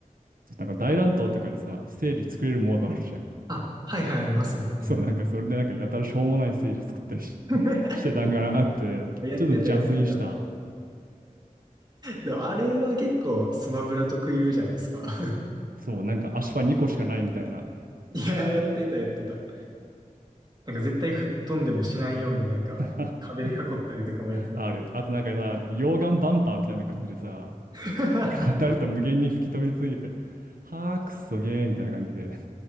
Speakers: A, on the right; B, on the right.
A: なんか大乱闘とかでさステージ作れるモードあるじゃん
B: あ、はいはいありますね。
A: <laughs>
B: うん。
A: そうなんかそれでなんかやたらしょうもないステージ作ったりし、
B: <laughs>
A: してたんかなってちょっと邪推した
B: やってたやってた。でもあれは結構スマブラ特有じゃないですか。<laughs>
A: そう、なんか足場2個しかないみたいな
B: いやー、やってた、やってた。なんか絶対吹っ飛んでもしないようになんか壁で囲ったりとかもやってた。
A: <laughs> ある。あとなんかさ、溶岩バンパーみたいな感じでさ、
B: <laughs>
A: なんか当たると無限に吹き飛びすぎて、はあ、くっそゲーみたいな感じで。